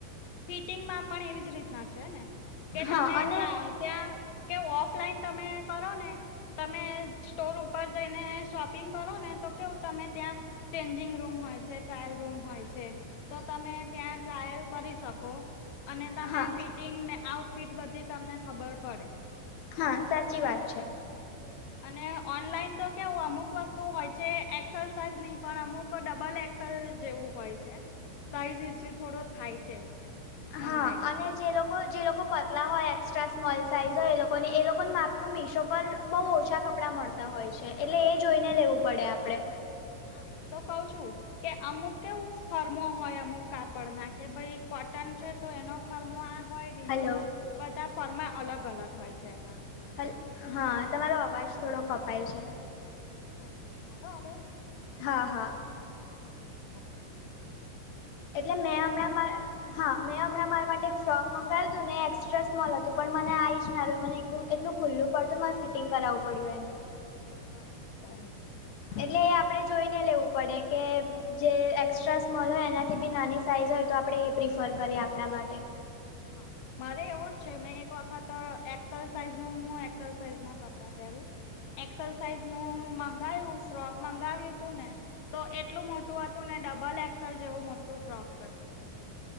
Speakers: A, on the left (about 80°); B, on the left (about 65°).
A: ફિટિંગમાં પણ એવી જ રીતના છે ને કે
B: હા
A: તમે
B: અને
A: જાવ ત્યાં. કે ઓફલાઈન તમે કરો ને. તમે સ્ટોર ઉપર જઈને શોપિંગ કરો ને તો કેવું તમે ત્યાં. ચેન્જિંગ રૂમ હોય છે ટ્રાયલ રૂમ હોય છે તો તમે ત્યાં. ટ્રાયલ કરી શકો અને તમે
B: હા
A: ફિટ ફિટિગ ને આઉટફિટ બધી તમને ખબર પડે.
B: હા સાચી વાત છે.
A: અને ઓનલાઈન તો કેવું અમુક વસ્તુ હોય છે એક સેલ સાઇઝ ની પણ અમુક ડબલ એક્સેલ જેવું હોય છે સાઈઝ ઇસ્યુ થોડો થાય છે એમાં
B: હા
A: ઓનલાઈનમાં
B: અને જે લોક. લોકો જે લોકો પતલા હોય એક્સ્ટ્રા સ્મોલ સાઈઝ હોય એ લોકોને એ લોકોનું માપનું મીશો પર બહુ ઓછા કપડાં મળ. મળતા હોય છે એટલે એ જોઈને લેવું પડે આપડે
A: હા એ તો કઉ છું. કે અમુક કેવું ફર્મો હોય અમુક કાપડ ના કે ભાઈ કોટન છે તો એનો ફરમો આ. હોય રિઓ
B: હલો
A: નો બધા ફર્મા અલગ અલગ હોય છે એમાં.
B: હલ હા તમારો અવાજ થોડો કપાય છે.
A: ઓકે આયો હવે.
B: હા હા.
A: Okay okay.
B: એટલે મેં હમણાં મારા. હા મેં હમણાં મારા માટે ફ્રોક મંગાવું હતું ને એક્સ્ટ્રા સ્મોલ હતું પણ મને આ જ ના રહ્યું મને એકું. એટલું ખુલ્લું પડતું મારે ફિટિંગ કરાવવું પડ્યું એને.
A: બરાબર.
B: એટલે એ આપડે જોઈને લેવું પડે કે. જે એસ્ટ્રા સ્મોલ હોય એનાથી બી નાની સાઈઝ હોય તો આપણે એ પ્રિફર કરીએ આપણા માટે.
A: હ મારે એવું જ છે મેં એક વખત એકસેલ સાઇઝ નું હું એક્સેલ સાઇઝ ના કપડા પેરુ એક્સેલ સાઈઝ નું મંગાવું ફ્રોક મંગાવ્યું તું ને. તો એટલું મોટું હતું ને ડબલ એક્સેલ જેવું મોટું ફ્રોક હતું.